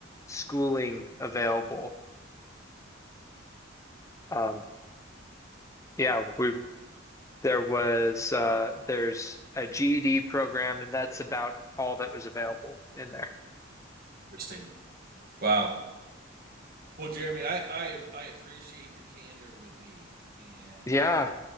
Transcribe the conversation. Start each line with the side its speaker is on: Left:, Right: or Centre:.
Left: schooling available. Um, yeah, we There was uh, there's a GED program, and that's about all that was available in there.
Right: Interesting. Wow. Well, Jeremy, I I, I appreciate your candor with me and.
Left: Yeah.